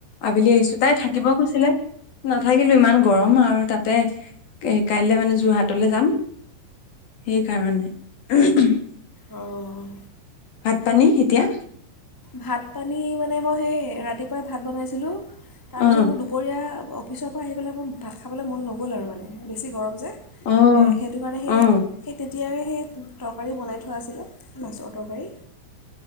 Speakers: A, on the left; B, in the centre.
A: আবেলি আহিছো, তাই থাকিব কৈছিলে। নাথাকিলোঁ, ইমান গৰম আৰু তাত <unintelligible> এ, কাইলে মানে যোৰহাটলৈ যাম। সেইকাৰণে। উহ উম।
B: অ'।
A: ভাত-পানী, এতিয়া।
B: ভাত-পানী মানে, মই সেই ৰাতিপুৱাই ভাত বনাইছিলোঁ। তাৰপিছত
A: অ
B: মোৰ দুপৰীয়া অফ অফিচৰ পৰা আহি পেলাই, মোৰ ভাত খাবলৈ মন নগ'ল আৰু মানে বেছি গৰম যে।
A: অ
B: এ সেইটো কাৰণে
A: অ
B: সেহ <unintelligible> তিয়াৰে সেই তৰকাৰী বনাই থোৱা আছিলে, মাছৰ তৰকাৰী।